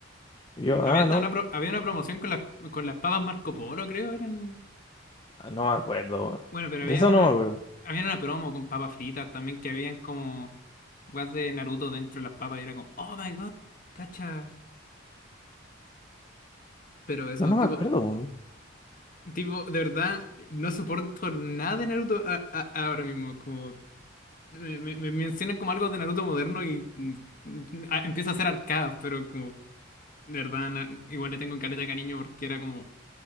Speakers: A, on the left (about 25°); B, on the left (about 45°).
A: Y yo, ah,
B: Había,
A: no,
B: tan una, pro- había una promoción con las, con las papas Marco Polo, creo, eran.
A: Ah, no me acuerdo, weón.
B: Bueno, pero
A: De
B: había
A: eso
B: una,
A: no me acuerdo.
B: había una promo con papas fritas también que habían como guas de Naruto dentro de las papas y era como, oh my god, cacha. Pero eso,
A: No, no
B: tipo,
A: me acuerdo, weón.
B: tipo, de verdad, no soporto nada de Naruto a- a- ahora mismo, como. me, me- me mencionan como algo de Naruto moderno y mm, mm, a- empieza a ser arcada, pero como, de verdad, na- igual le tengo caleta de cariño porque era como,